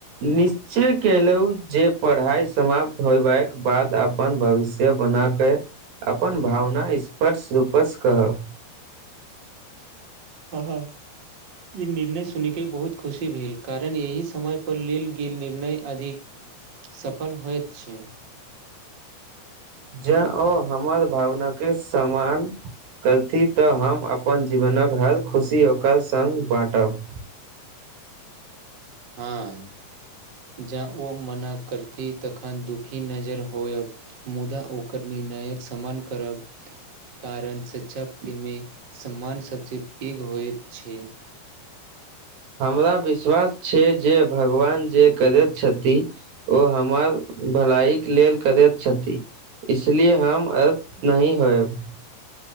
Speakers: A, on the right (about 60°); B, on the right (about 35°).
A: निश चय केलौ जे पढ़ाइ समाप्त होयबाक बाद अपन भविष्य बनाक केँ अपन भावना स्पर्श रूपस कहब
B: <unintelligible> ई निर्णय सुनी कऽ बहुत खुशी भेल कारण एही समय पर लेल गेल निर्णय अधिक सफल होइत छै
A: जै ओ हमर भावना केँ समान करती तऽ हम अपन जीवनक हर खुशी ओकर संग बांटब
B: हऽ जे ओ मना करती तखन दुखी नजर होयब मुदा ओकर निर्णयक समान करब कारण सच्चा प्रेम में सम्मान सब से पेघ होइत छै
A: हमरा विश्वास छै जे भगवान जे करैत छति ओ हमर भलाइ केँ लेल करैत छति <unintelligible>